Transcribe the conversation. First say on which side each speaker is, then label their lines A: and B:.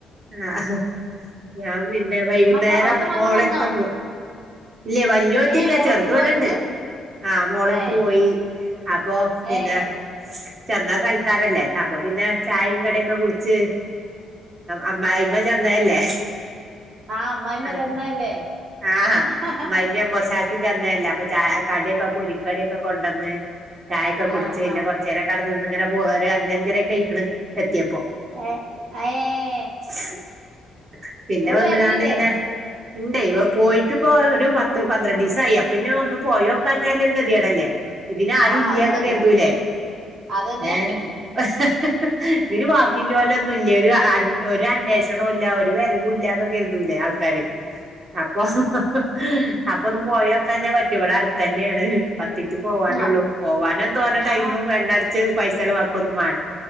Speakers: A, on the right; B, on the right.
A: ആ ഞാൻ പിന്നെ വൈകുന്നേരം
B: മക്ക അവിടുത്തെ മകൻ
A: മോളെ
B: വന്നോ
A: എര്ത്തെന്ന് പോയി ഇല്ലെ വല്ല്യോളെത്തിട്ടില്ല
B: ഏഹ് മോളടുത്ത്
A: ചെറുതിവിടെ
B: പോയന്ന്
A: ഇണ്ട് ആഹ് മോളെടുത്ത്
B: ഏഹ്
A: പോയി അപ്പൊ പിന്നെ
B: ഏഹ്
A: ചെന്നാ സൽക്കാരല്ലേ അ അപ്പൊ പിന്നെ ചായിം കടിയൊക്കെ കുടിച്ച്
B: ഉം
A: അമ്മായ്മ്മ ചെന്നതല്ലേ
B: ആഹ് അമ്മായിമ്മ
A: അത
B: ചെന്നതല്ലേ
A: ആഹാ
B: ആഹ്
A: അമ്മായിമ്മിം അമ്മോശ <unintelligible> ന്നല്ല അപ്പൊചായ കടിയൊക്കേ പൊരിക്കടിയൊക്കെ കൊണ്ടന്ന് ചായൊക്കേ കുടിച്ച്
B: ആഹ്
A: പിന്നെ കൊറച്ചേരൊക്കെ അടെ നിന്ന് അങ്ങനെ പോ ഒരു അഞ്ച്ഞ്ചരക്ക ആയിക്ക്ണ് എത്തിയപ്പോ
B: <unintelligible>
A: <unintelligible> പിന്നെ
B: ഓള്
A: വന്ന്ങ്ങാണ്ട്
B: വരലില്ലേ
A: പിന്നെ ഇണ്ട് പോയി യിട്ട്പ്പോ ഒരു പത്ത് പന്ത്രണ്ടിസായി അപ്പൊ <unintelligible> ഒന്ന് പോയോക്കാഞ്ഞാൽ ഒരു ഗതികേടെല്ലേ ഇതിൻ അരുല്യാകരുതൂലെ
B: ആ അത് ശരിയാണ് അതന്നെ
A: ഏ <unintelligible> ഹഹ് ഹഹ് ബാക്കില്ലോ ല്യ ഒരു ഒരു അന്വേഷണോല്ല ഒരു വരവൂല്ലാന്ന് കേരുതുലെ ആ കര് അപ്പൊ ഹ്ഹ ഹ്ഹ അപ്പൊന്ന് പോയോക്കാഞ്ഞ ഇവിടെ അടുത്തന്നെണ് പത്ത്നിറ്റ് പോവാനുള്ളൂ
B: ആ
A: പോവാനും തോനേ ടൈമും
B: ആ
A: എണ്ണട്ച്ച് പൈസ് ചെലവാക്കോന്നും വേ